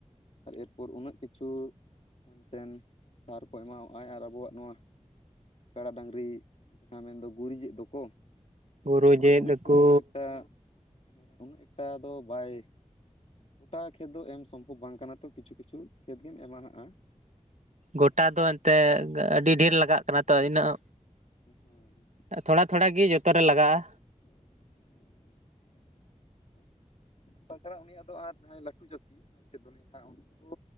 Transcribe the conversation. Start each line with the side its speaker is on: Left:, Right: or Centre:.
Left: ᱟᱨ ᱮᱨᱯᱚᱨ ᱩᱱᱟᱹᱜ ᱠᱤᱪᱷᱩ ᱦᱮᱱ ᱛᱮᱱ ᱠᱚᱭ ᱮᱢᱟᱣᱟᱜᱼᱟ ᱟᱨ ᱟᱵᱚᱣᱟᱜ ᱱᱚᱣᱟ ᱠᱟᱲᱟ ᱰᱟᱹᱝᱨᱤ ᱡᱟᱦᱟᱸ ᱢᱮᱱᱫᱚ ᱜᱩᱨᱤᱡ ᱮᱫ ᱫᱚᱠᱚ
Right: ᱦᱩᱲᱩ
Left: ᱚᱱᱟ
Right: ᱡᱮᱫ
Left: ᱜᱩᱨᱤᱡ
Right: ᱫᱟᱠᱚ
Left: ᱛᱮᱦᱚᱸ ᱩᱱᱟᱹᱜ ᱮᱠᱴᱟ ᱦᱮᱸ ᱩᱱᱟᱹᱜ ᱮᱠᱴᱟ ᱫᱚ ᱵᱟᱭ ᱜᱚᱴᱟ ᱠᱷᱮᱛ ᱫᱚ ᱮᱢ ᱥᱚᱢᱵᱷᱚᱵᱽ ᱵᱟᱝ ᱠᱟᱱᱟ ᱛᱚ ᱠᱤᱪᱷᱩ ᱠᱤᱪᱷᱩ ᱠᱷᱮᱛ ᱜᱮᱢ ᱮᱢᱟᱦᱟᱜᱼᱟ
Right: ᱜᱚᱴᱟ ᱫᱚ ᱮᱱᱛᱮ ᱟᱹᱰᱤ ᱰᱷᱮᱨ ᱞᱟᱜᱟᱜ ᱠᱟᱱᱟ ᱛᱚ ᱤᱱᱟᱹᱜ
Left: ᱩᱸᱦᱩᱸ
Right: ᱛᱷᱚᱲᱟ ᱛᱷᱚᱲᱟ ᱜᱮ ᱡᱚᱛᱚ ᱨᱮ ᱞᱟᱜᱟᱜᱼᱟ
Left: ᱛᱟᱪᱷᱟᱲᱟ ᱩᱱᱤᱭᱟᱜ ᱫᱚ ᱟᱨ ᱡᱟᱦᱟᱸᱭ ᱞᱟᱹᱴᱩ ᱪᱟᱹᱥᱤ ᱢᱮᱱ ᱠᱮᱫ ᱫᱚᱞᱤᱧ ᱦᱟᱸᱜ ᱩᱱᱠᱩ ᱛᱚ